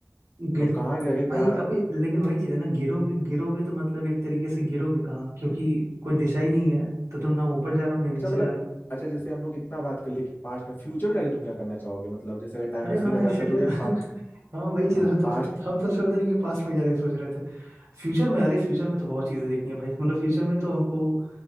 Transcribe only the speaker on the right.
गिर
भाई
अभी लेकिन वही चीज है ना गिरोगे गिरोगे तो मतलब एक तरीके से गिरोगे कहाँ क्योंकि कोई दिशा ही नहीं है तो तुम ना ऊपर जा रहे हो ना नीचे
जा रहे हो
अरे
हाँ
है
शिट
यार <laughs>
हाँ वही चीज
हम तो
हम तो से पता नहीं कि पास्ट में जाने की सोच रहे थे फ्यूचर में अरे फ्यूचर में तो बहुत चीजें देखनी है भाई मतलब फ्यूचर में तो हमको